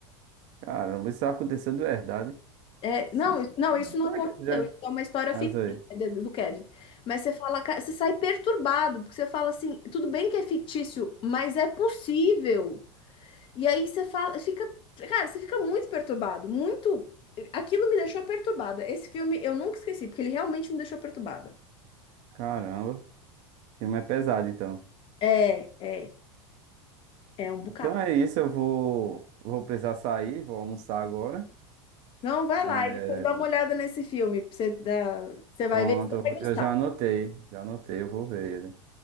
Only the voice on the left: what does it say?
É,
não, isso- não, isso não
aconteceu.
Isso é uma história
fictícia
do do Kevin. Mas você fala, ca- você sai perturbado, porque você fala assim, tudo bem que é fictício, mas é possível. E aí você fala, fica, cara, você fica muito perturbado, muito. Aquilo me deixou perturbada. Esse filme eu nunca esqueci, porque ele realmente me deixou perturbada.
É, é, é um bocado.
Não, vai
lá e depois dá uma olhada nesse filme. pra Você, dar- você vai
ver que você
vai
gostar.